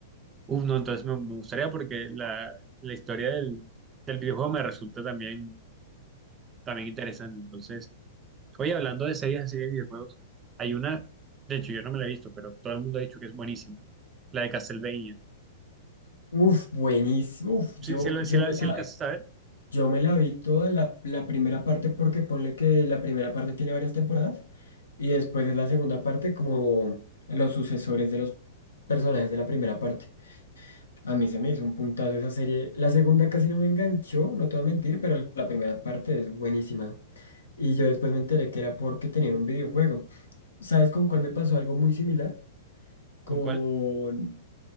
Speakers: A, on the right; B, on the left.
A: Uf, no, entonces me, me gustaría porque la, la historia del, del videojuego me resulta también, también interesante. Entonces, oye, hablando de series así de videojuegos, hay una, de hecho yo no me la he visto, pero todo el mundo ha dicho que es buenísima, la de Castlevania.
B: Uff, buenísimo. Uf, yo,
A: Sí, sí, la-
B: yo
A: sí, la,
B: me
A: sí
B: la,
A: alcanzaste a ver.
B: yo me la vi toda la, la primera parte porque ponle que la primera parte tiene varias temporadas. Y después es la segunda parte como los sucesores de los personajes de la primera parte. A mí se me hizo un puntazo esa serie. La segunda casi no me enganchó, no te voy a mentir, pero la primera parte es buenísima. Y yo después me enteré que era porque tenían un videojuego. ¿Sabes con cuál me pasó algo muy similar? Con
A: ¿Con cuál?